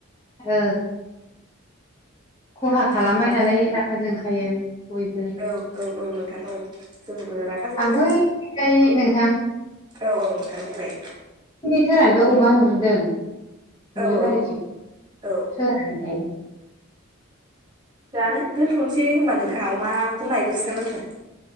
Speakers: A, on the left (about 25°); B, on the right (about 20°).
A: ओ खहा खालामबाय
B: जोंबा
A: नालाय रागा जोंखायो बयबो
B: औ औ औ नोंथां औ जोंबो रागा जोङो
A: आं बैथिंजाय नोंथां
B: औ औ नोंथां बुंलाय
A: सोरहानिबा अमा नुहुरदों दुब्लि
B: औ
A: बारिथिं
B: औ औ जों
A: सोरहानि थाय
B: जानो दोनथ'नोसै होनबा नोंथाङा अमाखौ नायग्रोसै ना मा जाखो